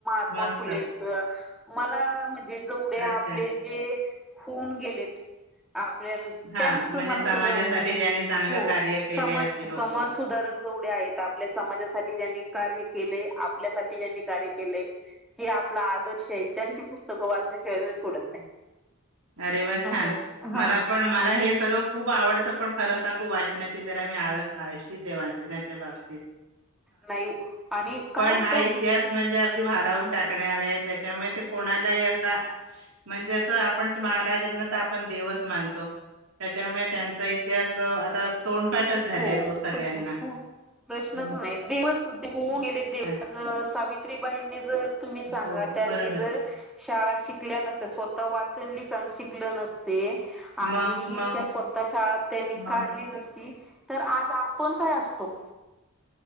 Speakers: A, in the centre; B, on the right.
A: महात्मा
B: मस्त
A: फुलेंच मला म्हणजे जवढे
B: अच्छा
A: आपले जे- होऊन गेलेत आपल्या
B: हा
A: त्यांच
B: म्हणजे
A: मला
B: समाजासाठी
A: सगळं म्हणजे
B: ज्यांनी चांगलं
A: हो
B: कार्य केले
A: समाज
B: असे लोक
A: समाज सुधारक जेवढे आहेत आपल्या समाजासाठी जनी कार्य केले आपल्यासाठी ज्यांनी कार्य केले जे आपला आदर्श आहे त्यांची पुस्तकं वाचल्याशिवाय सोडत नाही
B: अरे वा छान
A: असं
B: मला
A: हा
B: पण मला
A: आणि
B: हे सगळं खूप आवडत पण खरं सांगू वाचनाची जरा मी आळ आळशी बाबतीत
A: नाही आणि काय
B: पण
A: होतं
B: हा इतिहास म्हणजे भून टाक त्याच्या कोणाला अस म्हणजे अस आप महाराजांना तर आपण देवच मानतो त्याच्यामुळे त्यांचा इतिहास आता तोंडपाठच झालाय
A: हो
B: भाऊ सगळ्यांना.
A: प्रश्न हो प्रश्नच
B: हं.
A: नाही देवस होऊन
B: हं.
A: गेले
B: हां.
A: सावित्रीबाईंनी जर तुम्ही सांगा
B: हो,
A: त्यांनी
B: बरोबर.
A: जर शाळा शिकल्या नस स्वतः चन लिख शिकल नसते
B: मग,
A: आणि
B: मग,
A: त्या स्वतः शाळ त्यांनी
B: मग
A: काढली नसते तर आज आपण काय असतो